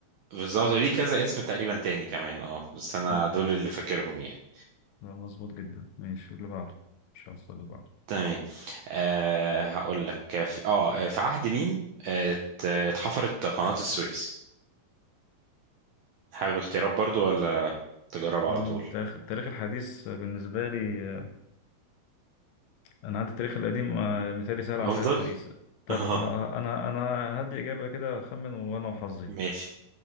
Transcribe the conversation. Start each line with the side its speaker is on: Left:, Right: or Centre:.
Right: بالظبط ليه كذا اسم تقريبا تاني كمان اه بس انا
Left: مم.
Right: دول اللي فاكرهم يعني
Left: لا مظبوط جدا ماشي اللي بعده مش هوصل اللي بعده
Right: تمام آه هقول لك في اه في عهد مين آه، ات- اتحفرت قناة السويس حابب اختيارات برضو ولا تجرب على
Left: مم،
Right: طول
Left: تاريخ التاريخ الحديث بالنسبة لي آه، أنا عندي التاريخ القديم آه، مثالي سهل
Right: افضل
Left: عن التاريخ الحديث طب
Right: <laughs> اه
Left: ه- ه- أنا أنا هدي إجابة كده أخمن وأنا وحظي
Right: ماشي